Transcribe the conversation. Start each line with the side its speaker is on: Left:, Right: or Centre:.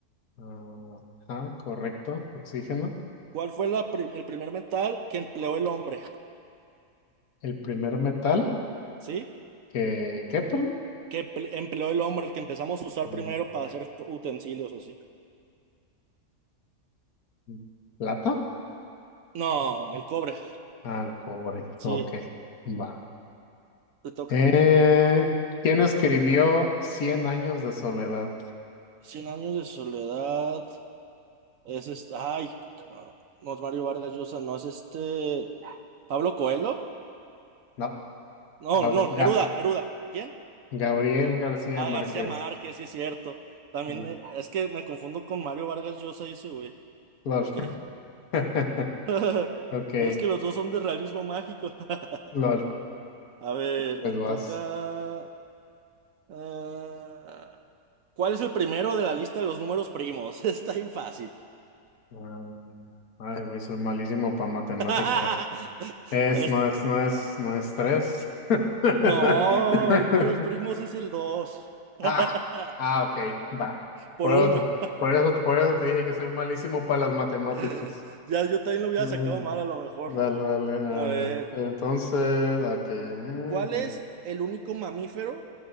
Left: Ah, ajá, correcto, oxígeno.
Right: ¿Cuál fue la prim- el primer metal que empleó el hombre?
Left: El primer metal
Right: ¿Sí?
Left: que, ¿qué, perdón?
Right: Que emple- empleó el hombre, el que empezamos a usar
Left: Mm,
Right: primero para hacer co- utensilios así.
Left: mm, ¿Plata?
Right: No, el cobre.
Left: Al cobre.
Right: Sí,
Left: Ok, va.
Right: te toca.
Left: Eh, ¿quién escribió Cien años de soledad?
Right: Cien años de soledad. Es este. Ay, claro. No es Mario Vargas Llosa, no es este. ¿Pablo Coelho?
Left: No,
Right: No,
Left: Gab-
Right: no,
Left: Ga-
Right: Neruda, Neruda. ¿Quién?
Left: Gabriel García
Right: Ah,
Left: Márquez.
Right: García Márquez, sí es cierto. También
Left: No,
Right: eh, es que me confundo con Mario Vargas Llosa y ese güey.
Left: LOL.
Right: Ok.
Left: <laughs>
Right: <laughs>
Left: Ok,
Right: Es que los dos son de realismo mágico. <laughs>
Left: LOL.
Right: A ver,
Left: Pues
Right: me
Left: vas.
Right: toca. ah, ¿cuál es el primero de la lista de los números primos? <laughs> Está bien fácil.
Left: Ah, Ay, güey, soy malísimo para matemáticas.
Right: <laughs>
Left: Es,
Right: Es-
Left: no es, no es, no es tres. <laughs>
Right: no, el números primos es el dos <laughs>
Left: Ah, ah, ok, va.
Right: Por
Left: Por
Right: uno.
Left: otro- por eso, por eso te dije que soy malísimo para las matemáticas.
Right: <laughs> Ya yo también lo hubiera
Left: Bueno,
Right: sacado mal a lo mejor.
Left: dale, dale. ah,
Right: A ver,
Left: entonces, ¿a qué?
Right: ¿cuál es el único mamífero?